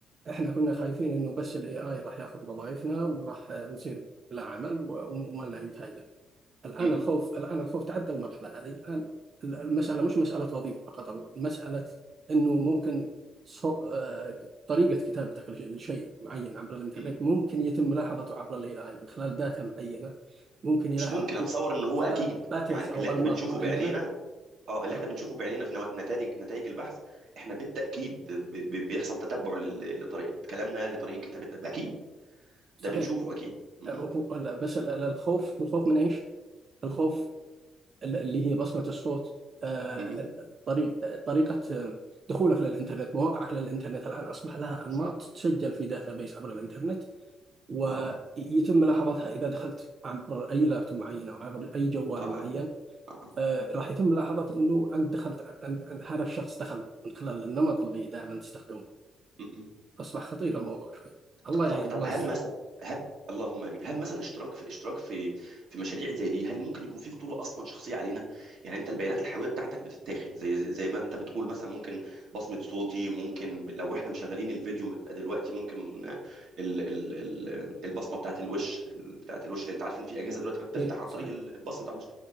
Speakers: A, on the right (about 45°); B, on the right (about 70°).
A: إحنا كنا خايفين إنه بس ال AI راح ياخذ وظائفنا وراح نصير بلا عمل و- وما لنا أي فائدة الآن
B: م-
A: الخوف
B: م-
A: الآن الخوف تعدى المرحلة هذه الآن المسألة مش مسألة وظيفة فقط المسألة أنه ممكن صو... آه، طريقة كتابتك لش- لشيء معين عبر الإنترنت
B: م- م.
A: ممكن يتم ملاحظته عبر ال AI من خلال داتا معينة ممكن يلاحظ
B: مش ممكن اتصور
A: من
B: ان هو
A: خلال
B: اكيد
A: باترز
B: يعني
A: أو
B: اللي احنا
A: أنماط
B: بنشوفه
A: معينة
B: بعينينا اه اللي
A: آه،
B: احنا بنشوفه بعينينا في نتائج نتائج البحث احنا بالتاكيد ب- ب- بيحصل تتبع لل- لطريقه كلامنا لطريقه كتابتنا اكيد
A: صحيح
B: ده بنشوفه اكيد م-
A: آه، هو-
B: م-
A: لا، بس ال- ال- الخوف الخوف من إيش؟ الخوف اللي هي بصمة الصوت آه،
B: م- م.
A: طريق طريقة دخولك للإنترنت مواقعك للإنترنت الآن أصبح لها أنماط
B: صح.
A: تسجل في داتابيس عبر الإنترنت ويتم
B: اه اه
A: ملاحظتها إذا دخلت عبر أي لابتوب معين أو عبر أي جوال
B: اه
A: معين
B: اه اه آه.
A: آه، راح يتم ملاحظة أنه أنت دخلت أنت أنت- هذا الشخص دخل من خلال النمط اللي دائما تستخدمه
B: م- م.
A: أصبح خطير الموضوع شوي الله
B: ط-
A: يعين
B: طب طب
A: الله
B: هل
A: يستر
B: مثلا هل اللهم امين هل مثلا اشتراك في اشتراك في في مشاريع زي دي هل ممكن يكون في خطوره اصلا شخصيه علينا يعني انت البيانات الحيويه بتاعتك بتتاخد زي زي زي ما انت بتقول مثلا ممكن بصمه صوتي ممكن ب- لو احنا مشغلين الفيديو يبقى دلوقتي ممكن ال ال ال البصمه بتاعت الوش ال- بتاعت الوش لان انت عارف ان في اجهزه دلوقتي بتفتح
A: إيه
B: عن
A: صحيح
B: طريق ال- البصمه بتاعت الوش